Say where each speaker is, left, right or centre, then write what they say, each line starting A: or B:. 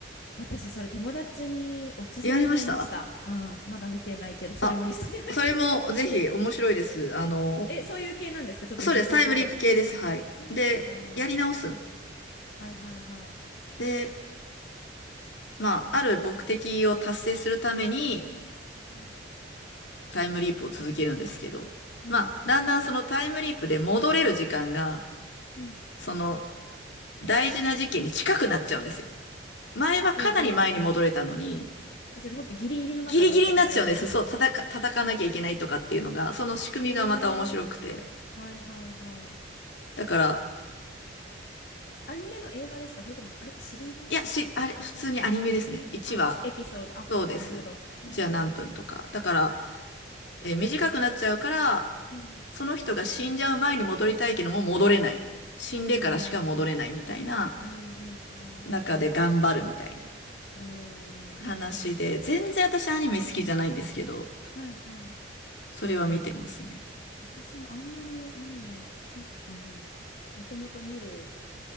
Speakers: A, on the left (about 55°); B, on the left (about 70°).
A: 私それ友達におすすめされました。
B: やりました
A: うん、まだ見てないけど、それもリストに入ってる。
B: あ、それもぜひ面白いです。あの、
A: え、そういう系なんですかちょっと時空というか。
B: そうです。タイムリープ系です。
A: ああ、
B: はい。
A: そうなんだ。
B: で、やり直すん
A: はいはいはい。
B: で、まあ、ある目的を達成するために
A: うんうん
B: タイムリープを続けるんですけど、
A: うん。
B: まあ、だんだんそのタイムリープで戻れる時間が、
A: うん。
B: その大事な事件に近くなっちゃうんですよ。前はかなり前に戻れたのに、
A: ほうほうほう。えじゃあもっとギリギリの中でやっていかないといけない。
B: ギリギリになっちゃうんです。そう、叩か、叩かなきゃいけないとかっていうのが、その仕組みがまた面白くて。
A: <laughs> えー。はいはいはい。
B: だから、
A: アニメの映画ですかそれとも、あれってシリーズもの
B: いや、し、あれ、普通にアニメですね。1話、
A: あ、もうエピソード。あ、
B: そうです。
A: なるほど。うんうんうん。
B: 1話何分とか。だから、えー短くなっちゃうから、
A: うん
B: その人が死んじゃう前に戻りたいけども戻れない。死んでからしか戻れないみたいな
A: うん。うんうん
B: 中で頑張るみたいな
A: うん。
B: 話で、
A: うん。
B: 全然私アニメ好きじゃないんですけど、
A: はいはい。
B: それは見てますね。
A: 私もあんまりアニメ、そ、うん。もともと見る